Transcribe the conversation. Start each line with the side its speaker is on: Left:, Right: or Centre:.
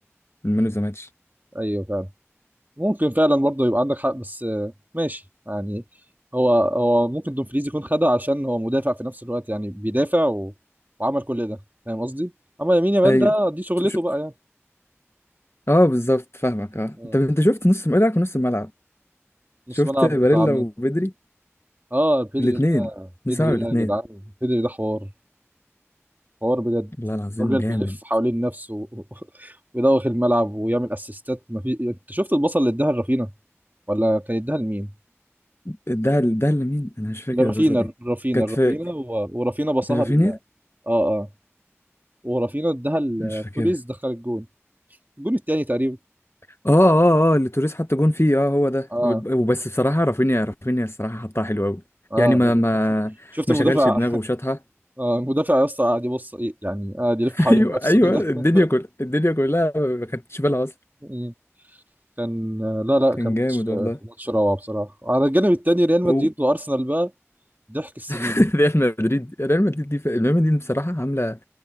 Left: من مان اوف ذا ماتش
Right: ايوه فعلا ممكن فعلا برضه يبقى عندك حق بس آه، ماشي يعني هو هو ممكن دومفريز يكون خدها عشان هو مدافع في نفس الوقت يعني بيدافع و... وعمل كل ده فاهم قصدي اما يمين يامال
Left: ايوه
Right: ده دي شغلته
Left: ش-
Right: بقى يعني
Left: اه بالظبط فاهمك
Right: مم.
Left: اه انت انت شفت نص ملعب ونص الملعب
Right: نص
Left: شفت
Right: ملعب
Left: باريلا
Right: بتاع مين
Left: وبدري
Right: اه بيدري
Left: الاثنين
Right: ده بيدري
Left: نص ملعب الاثنين
Right: ده يا جدعان بيدري ده حوار حوار بجد
Left: والله العظيم
Right: راجل
Left: جامد
Right: بيلف حوالين نفسه و- <laughs> ويدوخ الملعب ويعمل اسيستات ما في انت شفت البصل اللي اداها لرافينا ولا كان اداها لمين
Left: ده ده اللي مين انا مش فاكر
Right: لرافينا
Left: الباصه دي
Right: رافينا
Left: كانت
Right: رافينا
Left: فاك
Right: و... ورافينا بصها
Left: رافينيا
Right: ل... اه اه ورافينا اداها لتوريز
Left: مش فاكرها
Right: دخل الجون الجون التاني تقريبا
Left: اه اه اه اللي توريس حط جون فيه اه هو ده
Right: اه
Left: وبس بصراحه رافينيا رافينيا الصراحه حطها حلو قوي
Right: اه
Left: يعني ما ما
Right: شفت
Left: ما
Right: المدافع
Left: شغلش دماغه
Right: <laughs>
Left: وشاطها
Right: آه المدافع يا اسطى قاعد يبص إيه، يعني قاعد
Left: <laughs>
Right: يلف حوالين
Left: ايوه
Right: نفسه
Left: ايوه
Right: كده
Left: الدنيا
Right: <laughs>
Left: كل الدنيا كلها ما خدتش بالها اصلا
Right: مم. كان لا لا
Left: كان
Right: كان
Left: جامد
Right: ماتش كان
Left: والله
Right: ماتش روعة بصراحة على الجانب التاني ريال مدريد
Left: هو
Right: وارسنال بقى ضحك السنين
Left: <laughs> ريال مدريد ريال مدريد دي ريال مدريد بصراحة عاملة